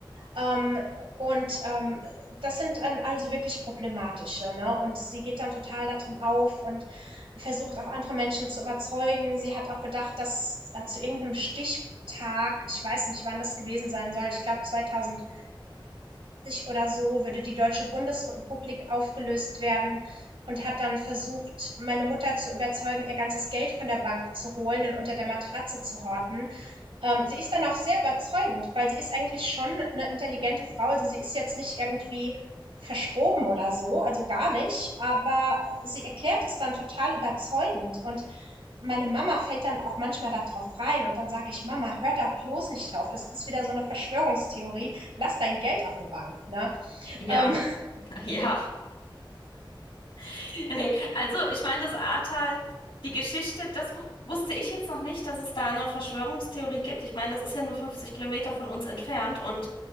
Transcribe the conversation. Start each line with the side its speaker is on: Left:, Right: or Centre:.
Right: ähm, und ähm, das sind dann also wirklich problematische. Ne? Und sie geht dann total darin auf und versucht auch andere Menschen zu überzeugen. Sie hat auch gedacht, dass äh, zu irgendeinem Stichtag, ich weiß nicht, wann das gewesen sein soll, ich glaube 2000. oder so würde die Deutsche Bundesrepublik aufgelöst werden und hat dann versucht, meine Mutter zu überzeugen, ihr ganzes Geld von der Bank zu holen und unter der Matratze zu horten. Ähm, sie ist dann auch sehr überzeugend, weil sie ist eigentlich schon eine intelligente Frau. Also sie ist jetzt nicht irgendwie verschroben oder so, also gar nicht, aber sie erklärt es dann total überzeugend und meine Mama fällt dann auch manchmal da drauf rein und dann sage ich, Mama, hör da bloß nicht drauf. Das ist wieder so eine Verschwörungstheorie. Lass dein Geld auf der Bank, ne?
Left: ja,
Right: Ähm,
Left: <laughs> ja. <laughs> Nee, also ich meine, das Ahrtal, die Geschichte, das wu- wusste ich jetzt noch nicht, dass es da eine Verschwörungstheorie gibt. Ich meine, das ist ja nur 50 Kilometer von uns entfernt und